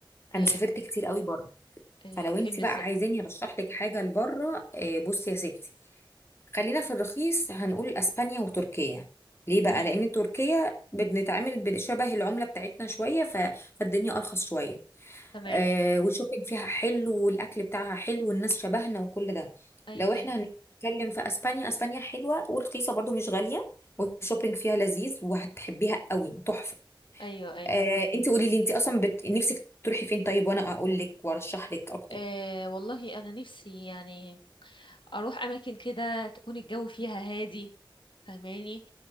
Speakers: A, on the left (about 30°); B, on the left (about 65°).
A: أنا
B: ايوه
A: سافرت كتير قوي بره
B: ايوه
A: فلو
B: فين
A: انت
B: بالظبط
A: بقى عايزاني ارشح لك حاجه لبره آه، بصي يا ستي خلينا في الرخيص هنقول اسبانيا وتركيا ليه بقى
B: امم
A: لان تركيا بنتعامل بشبه العمله بتاعتنا شويه ف- فالدنيا ارخص شويه
B: تمام
A: آه والشوبينج فيها حلو والاكل بتاعها حلو والناس شبهنا وكل ده
B: ايوه
A: لو احنا
B: ايوه
A: هنتكلم في اسبانيا اسبانيا حلوه ورخيصه برضو مش غاليه والشوبينج فيها لذيذ وهتحبيها قوي تحفه
B: ايوه ايوه
A: آه انت قولي لي انت اصلا بت... نفسك تروحي فين طيب وانا اقول لك وارشح لك اكتر
B: آه والله انا نفسي يعني اروح اماكن كده تكون الجو فيها هادي فهماني